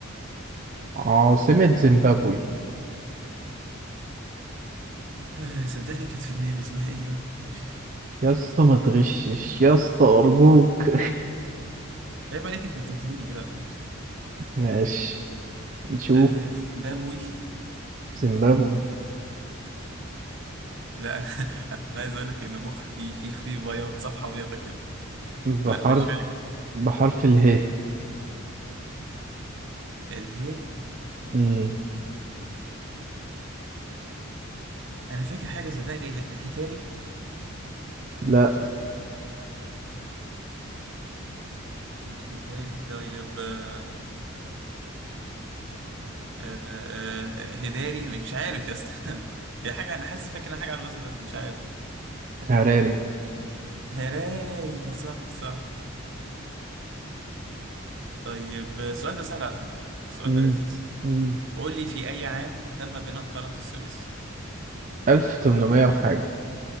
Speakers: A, on the right (about 40°); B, on the right (about 60°).
A: عاصمة زيمبابوي
B: آه صدقني كانت في دماغي اسمها ايه يا ربي
A: يا اسطى ما تغشش يا اسطى أرجوك
B: عيب عليك انت بتنتهيني كده على فكرة
A: <laughs> ماشي نشوف
B: آه زيمبابوي
A: زيمبابوي
B: لا انا <laughs> انا عايز اقول لك ان مخي في في في بياض صفحة بيضة كده
A: بحرف
B: لا مش فاكر
A: بحرف اله
B: الهي
A: مم.
B: انا فاكر حاجة صدقني ه- هتاري
A: لا
B: مش هتاري طيب آه آه آه هداري مش عارف يا اسطى <laughs> يا حاجة انا حاسس فاكر إن حاجة على الوزن ده مش عارف
A: هراري
B: هراري صح صح طيب السؤال ده سهل على فكرة السؤال
A: مم.
B: ده لذيذ
A: مم.
B: قول لي في أي عام تم بناء قناة السويس
A: ألف تمنمية وحاجة